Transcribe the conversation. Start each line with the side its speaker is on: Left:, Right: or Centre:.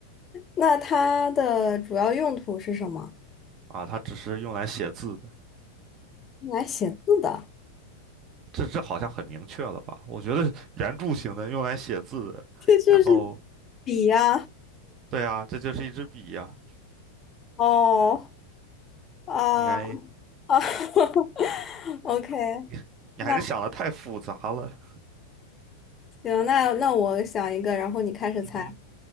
Left: 那它的主要用途是什么？
Right: 啊。它只是用来写字的，
Left: 用来写字的，
Right: 这这好像很明确了吧？我觉得圆柱形的用来写字的，
Left: 这就是
Right: 然后
Left: 笔呀、
Right: 对啊，这就是一支笔呀、
Left: 哦，啊
Right: 应该
Left: 啊 <laughs>，OK，
Right: <laughs> 你还是想的太复杂了，
Left: 那行，那那我想一个，然后你开始猜。
Right: 嗯哼。